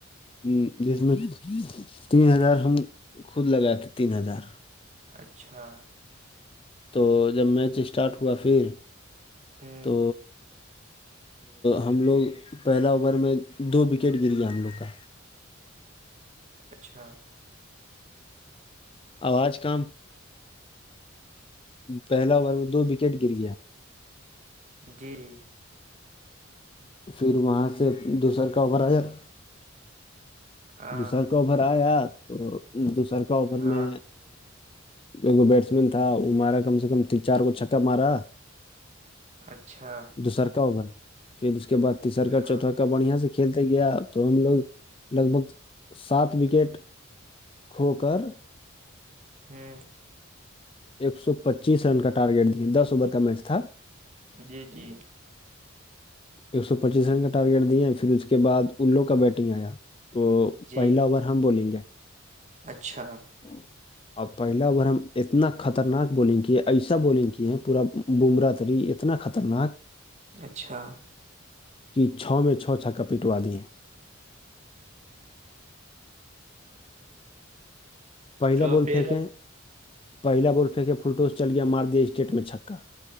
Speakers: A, on the left; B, on the right.
A: ہ جس میں تین ہزار ہم خود لگاتے تین ہزار
B: اچھا
A: تو جب میچ اسٹارٹ ہوا پھر
B: ہوں
A: تو ہم لوگ پہلا اوور میں دو وکٹ گر گیا ہم لوگ کا
B: اچھا
A: آواز کام پہلا اوور میں دو وکٹ گر گیا
B: جی جی
A: پھر وہاں سے دوسر کا رات
B: ہاں
A: دوسر کا اوور آیا تو دوسر کا اور
B: ہاں
A: میں ایک بیٹس مین تھا وہ مارا کم سے کم تین چار کو چھکا مارا
B: اچھا
A: دوسر کا اوور پھر اس کے بعد تیسر کا
B: ہاں
A: چوتھا کا بڑھیا سے کھیلتے گیا تو ہم لوگ لگ بھگ سات وکٹ کھو کر
B: ہاں
A: ایک سو پچیس رن کا ٹارگیٹ دیا دس اوور کا میچ تھا
B: جی جی
A: ایک سو پچیس رن کا ٹارگیٹ دیا پھر اس کے بعد اللو کا بیٹنگ آیا تو
B: جی
A: پہلا اوور ہم بولیں گے
B: اچھا
A: ہ اور پہلا بار ہم اتنا خطرناک بولنگ کی ہے ایسا بولنگ کیے ہیں پورا بمرہ تری اتنا خطرناک
B: اچھا
A: کہ چھ میں چھو چھا ک پیٹوا دی ہیں پہلا
B: تو
A: بال
B: پھر
A: پھینکے پہلا بال پھینکے فلٹوس چل گیا مار دیا اسٹیٹ میں چککا